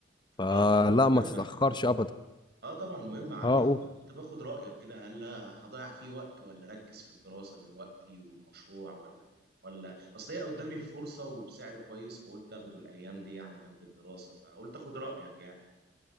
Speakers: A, on the left (about 25°); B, on the right (about 60°).
A: فلا
B: اه طبعا مهم
A: ما تتاخرش
B: عندي
A: ابدا
B: اه طبعا مهم عندي
A: اه
B: فأنا
A: قول.
B: كنت باخد رايك كده هل هضيع فيه وقت ولا اركز في الدراسه دلوقتي والمشروع ولا ولا اصل هي قدامي الفرصه وبسعر كويس فقلت اخده الايام دي يعني جنب الدراسه فقلت اخد رايك يعني